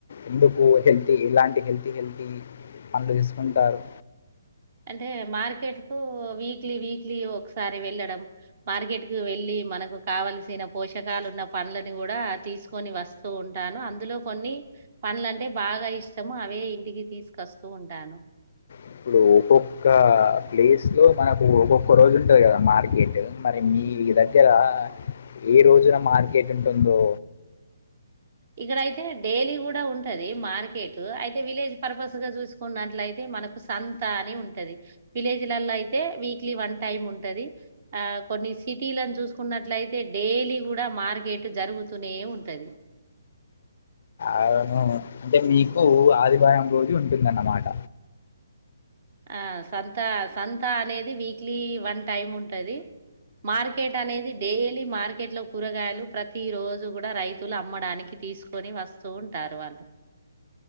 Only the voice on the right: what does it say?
అంటే మార్కెట్ కు వీక్లీ, వీక్లీ ఒకసారి వెళ్ళడం మార్కెట్ కు వెళ్లిి మనకు కావలసిన పోషకాలున్న పళ్ళని కూడా తీసుకొని వస్తూ ఉంటాను. అందులో కొన్ని పళ్ళంటే బాగా ఇష్టము, అవే ఇంటికి తీసుకొస్తూ ఉంటాను.
ఇక్కడయితే డైలీ కూడా ఉంటది మార్కెట్. అయితే విలేజ్ పర్పస్ పర్పస్ గా చూసుకున్నట్లయితే మనకు సంత అని ఉంటది. విలేజ్ లలో అయితే వీక్లీ వన్ టైమ్ ఉంటది. ఆ కొన్ని సిటీలని చూసుకున్నట్లయితే డైలీ గూడా మార్కెట్ జరుగుతూనే ఉంటది.
ఆ సంత సంత అనేది వీక్లీ వన్ టైమ్ ఉంటది. మార్కెట్ అనేది డైలీ మార్కెట్ లో! కూరగాయలు ప్రతి రోజూ కూడా రైతులమ్మడానికి తీసుకొని వస్తూ ఉంటారు వాళ్ళు.